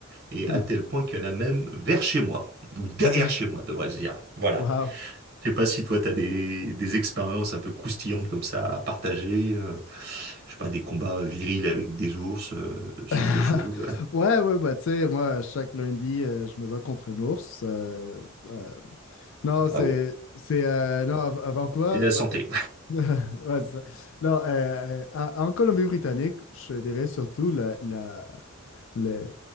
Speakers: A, on the right; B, on the left.
A: et
B: Mhm.
A: à tel point qu'il y en a même vers chez moi, ou derrière
B: OK.
A: chez moi, devrais-je dire. Voilà.
B: Wow.
A: Je sais pas si toi, t'as des, des expériences un peu croustillantes comme ça à partager, euh, je sais pas, des combats virils avec des ours, euh, ce
B: <laughs>
A: genre de choses.
B: Ouais, ouais, bah, tu sais, moi, chaque lundi, euh, je me bats contre un ours. euh, euh, non,
A: Ah bon.
B: c'est. C'est. euh, non, à, à Vancouver.
A: Et la santé.
B: en fait- <laughs> Ouais, c'est ça. Non, euh, euh, à- en Colombie-Britannique, je dirais surtout la, la- le-